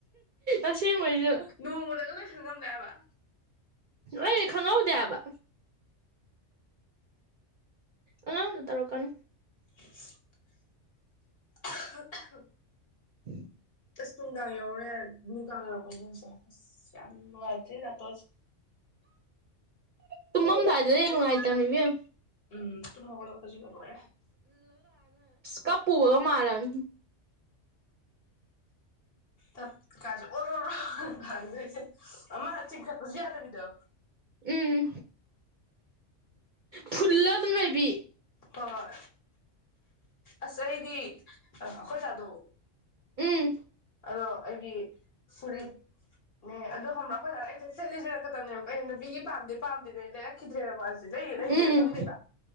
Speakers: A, on the right (about 50°); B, on the left (about 50°).
A: ꯑꯁꯦꯡꯕꯩꯁꯨ
B: ꯅꯣꯡꯃꯗꯒ ꯂꯣꯏꯁ ꯉ ꯕ
A: ꯑꯩ ꯈꯪꯍꯧꯗꯦ ꯍꯥꯏꯕ ꯑ ꯌꯥꯥꯎꯅ ꯇꯧꯔꯀꯅ
B: <unintelligible> <unintelligible>
A: ꯎꯝ
B: ꯑꯁ ꯅꯨꯡꯗꯥꯡ ꯌꯧꯔꯦ ꯅꯨꯡꯗꯥꯡ ꯌꯧꯔꯛꯄꯁꯦ ꯍꯧꯖꯤꯛꯁꯦ ꯑꯁ ꯌꯥꯝ ꯅꯨꯡꯉꯥꯏꯇ꯭ꯔꯦ ꯅꯥꯇꯣꯟꯁꯦ
A: ꯇꯃꯝꯗꯗꯗ ꯌꯦ ꯅꯥꯏꯇꯕꯅꯤꯦ
B: ꯎꯝ ꯇꯨꯝꯃ ꯈꯖꯤꯕ ꯄꯔꯦ
A: ꯀꯞꯄꯨ ꯑꯣ ꯃꯥꯔꯅ
B: ꯇꯠ ꯀꯥꯁꯦ ꯑꯣꯔꯣ ꯔꯣ ꯇꯥꯔꯛꯇꯣꯏꯁꯦ ꯑꯃ ꯆꯤꯡꯈꯠꯄꯁꯨ ꯌꯥꯗꯕꯤꯗꯣ
A: ꯎꯝ ꯐꯨꯜꯂ ꯑꯗꯨꯃꯦꯣꯏꯕꯤ
B: ꯍꯣꯏ ꯑꯁ ꯑꯩꯗꯤ ꯑꯩꯈꯣꯏ ꯇꯥꯗꯣ
A: ꯎꯝ
B: ꯑꯗꯣ ꯑꯩꯒꯤ ꯁꯨꯂꯤꯠꯅꯦ ꯑꯗꯣ ꯍꯕ꯭ꯔꯥ ꯑꯩꯈꯣꯏꯖꯥ ꯑꯩꯁꯦ ꯆꯠꯂꯤꯁꯤ ꯀꯕꯅꯦꯕ ꯀꯩ ꯅꯨꯄꯤꯒꯤ ꯄꯥꯝꯗꯦ ꯄꯥꯝꯗꯦꯗ ꯂꯩꯔꯛꯈꯤꯗ꯭ꯔꯦꯕ ꯃꯥꯗꯤ ꯂꯩꯌꯦ ꯂꯩꯗ꯭ꯔꯦꯅ
A: ꯎꯝ
B: ꯈꯪꯗꯦꯕ